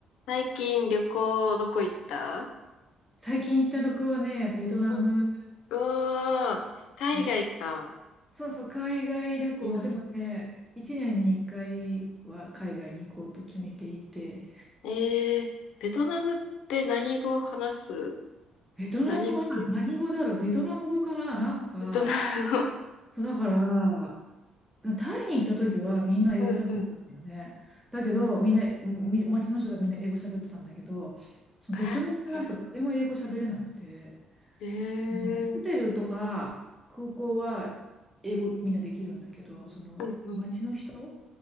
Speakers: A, on the left; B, in the centre.
A: 最近旅行どこ行った
B: 最近行った旅行はね、ベトナム、
A: うん、うおー、海外か。
B: うんそうそう、海外旅行、
A: うん、うん。
B: でもね、1年に1回は海外に行こうと決めていて、
A: えー、ベトナムって何語を話す
B: ベトナムは何語だろう、
A: 何語系
B: ベトナム語かな、なんか、
A: ベトナム語
B: そうだから、タイに行った時はみんな英語喋ってたんだよね。
A: うん、うん、
B: だけど、みんな、み街の人がみんな英語喋ってたんだけど、そのベトナムはなんか誰も英語喋れなくて、
A: <laughs> ええー、
B: もうホテルとか空港は英語みんなできるんだけど、その街の人
A: うん、うん、